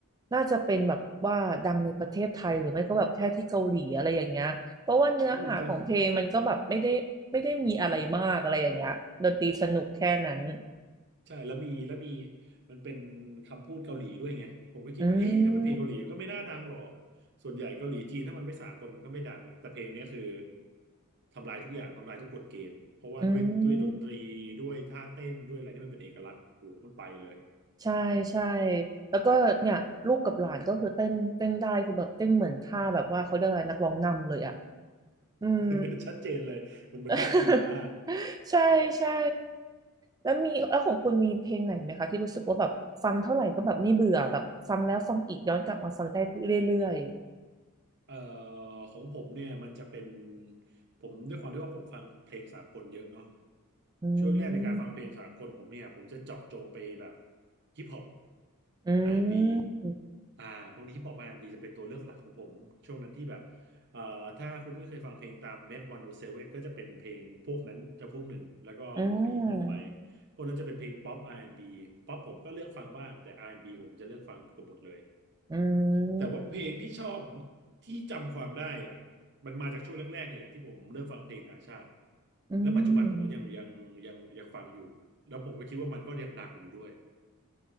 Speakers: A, on the right (about 15°); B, on the right (about 50°).
A: น่าจะเป็นแบบว่าดังในประเทศไทยหรือไม่ก็แบบแค่ที่เกาหลีอะไรอย่างเงี้ยเพราะว่าเนื้อหาของเพลงมันก็แบบไม่ได้ไม่ได้มีอะไรมากอะไรอย่างเงี้ยดนตรีสนุกแค่นั้น
B: อืมตอนใช่แล้วมีแล้วมีมันเป็นคำพูดเกาหลีด้วยไงผมก็คิดว่าเอ๊ะถ้าเป็นเพลงเกาหลีก็ไม่น่าดังหรอก
A: อืม
B: ส่วนใหญ่เกาหลีจีนถ้ามันไม่สากลมันก็ไม่ดังแต่เพลงเนี้ยคือทำลายทุกอย่างทำลายทุกกฎเกณฑ์เพราะว่าด้วยด้วยดนตรีด้วยท่าเต้นด้วยอะไรที่มันเป็นเอกลักษณ์โอ้โหมันไปเลย
A: อืม ใช่ใช่แล้วก็เนี่ยลูกกับหลานก็คือเต้นเต้นได้คือแบบเต้นเหมือนท่าแบบว่าเขาเรียกอะไรนักร้องนำเลยอ่ะอืม
B: <laughs> ชัดเจนเลยมันเป็นท่าขี่ม้า
A: <laughs> ใช่ใช่แล้วมีแล้วของคุณมีเพลงไหนไหมคะที่รู้สึกว่าแบบฟังเท่าไหร่ก็แบบไม่เบื่อแบบฟังแล้วฟังอีกย้อนกลับมาฟังได้เรื่อย
B: เอ่อของผมเนี่ยมันจะเป็นผมด้วยความที่ว่าผมฟังเพลงสากลเยอะเนาะ
A: ๆอื
B: ช่วงแรกในการฟังเพลงสากลผมเนี่ยผมจะเจาะจงไปแบบ
A: ม
B: ฮิปฮอป
A: อื
B: R&B อนด์บี
A: ม
B: อ่าพวกนี้ฮิปฮอปอาร์แอนด์บ b จะเป็นตัวเลือกหลักของผมช่วงนั้นที่แบบเอ่อถ้าคุณทุ้ยเคยฟังเพลงตามเมทวันโอเซเว่นก็จะเป็นเพลงพวกนั้นจะพวกหนึ่งแล้วก็บวกกับฮิปฮอปไป
A: อืม
B: พวกนั้นจะเป็นเพลงป๊อปอาร์แอนด์บ b ป๊อปผมก็เลือกฟังบ้างแต่อาร์แอนด์บ b ผมจะเลือกฟังเกือบหมดเลย
A: อื
B: แต่ว่าเพลงที่ชอบ
A: ม
B: ที่จำความได้อะมันมาจากช่วงแรกๆนี่แหละที่ผมเริ่มฟังเพลงต่างชาติ
A: อืม
B: แล้วปัจจุบันผมก็ยังยังยังยังฟังอยู่แล้วผมก็คิดว่ามันก็ยังดังอยู่ด้วย